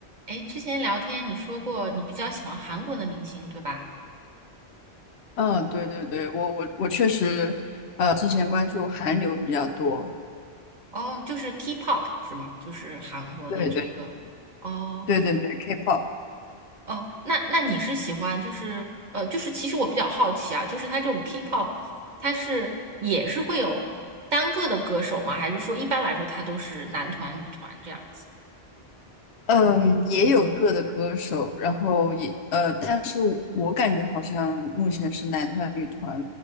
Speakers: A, on the right; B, on the left.
A: 哎，之前聊天你说过你比较喜欢韩国的明星，对吧？
B: 嗯，对对对，我我我确实，呃，之前关注韩流比较多，
A: 哦，就是 K-pop 是吗？就是韩国的这个。
B: 对对
A: 哦
B: 对对对，K-pop，
A: 哦，那那你是喜欢就是呃，就是其实我比较好奇啊，就是它这种 K-pop，它是也是会有单个的歌手吗？还是说一般来说它都是男团、女团这样子？
B: 嗯，也有个的歌手，然后也呃，但是我我感觉好像目前是男团女团